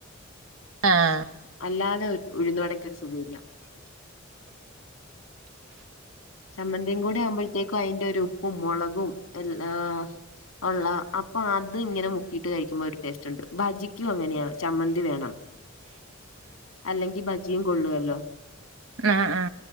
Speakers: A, on the right (about 75°); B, on the left (about 80°).
A: ആഹ
B: അല്ലാതെ ഉഴുന്നുവടക്കൊരു സുഖില്ല ചമ്മന്തിയും കൂടെ ആവുമ്പോഴത്തേക്കും അതിറെ ഒരു ഉപ്പും മുളകും എല്ലാ ഉള്ള അപ്പൊ അത് ഇങ്ങനെ മുക്കിട്ട് കഴിക്കുമ്പോ ഒരു പേസ്റ്റ് ഉണ്ട് ഭജിക്കും അങ്ങനെയാ ചമ്മന്തി വേണം അല്ലെങ്കി മജിയും കൊള്ളുവല്ലോ
A: ആ ആ